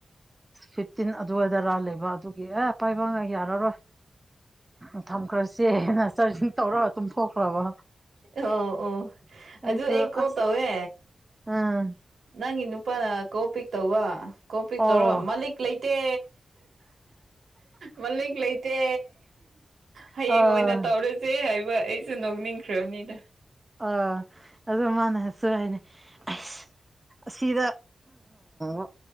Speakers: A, on the right; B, on the right.
A: ꯐꯤꯞꯇꯤꯟ ꯑꯗꯨꯋꯥꯏꯗ ꯔꯥꯜꯂꯦꯕ ꯑꯗꯨꯒꯤ ꯑꯦ ꯄꯥꯏꯕꯉ ꯌꯥꯔꯔꯣꯏ ꯎ ꯊꯝꯈ꯭ꯔꯁꯦ ꯅꯔꯁꯔꯤꯁꯤꯡ ꯇꯧꯔꯒ ꯑꯗꯨꯝ ꯊꯣꯛꯈ꯭ꯔꯕ
B: ꯑꯣ ꯑꯣ
A: ꯑꯩꯁꯨ
B: ꯑꯗꯨ ꯑꯩ ꯀꯣ
A: ꯑꯁ
B: ꯇꯧꯋꯦ
A: ꯎꯝ
B: ꯅꯪꯒꯤ ꯅꯨꯄꯥꯅ ꯀꯣ ꯄꯛ ꯇꯧꯕ ꯀꯣ ꯄꯤꯛ
A: ꯑꯣ
B: ꯇꯧ ꯃꯥꯂꯤꯛ ꯂꯩꯇꯦ ꯃꯂꯤꯛ ꯂꯩꯇꯦ ꯍꯌꯦꯡ
A: ꯑꯥ
B: ꯑꯣꯏꯅ ꯇꯧꯔꯨꯁꯦ ꯍꯥꯏꯕ ꯑꯩꯁꯨ ꯅꯣꯛꯅꯤꯡꯈ꯭ꯔꯕꯅꯤꯗ
A: ꯑ ꯑꯗꯨ ꯃꯥꯅꯁꯨ ꯍꯥꯏꯅꯦ ꯑꯁ ꯑꯁꯤꯗ ꯎ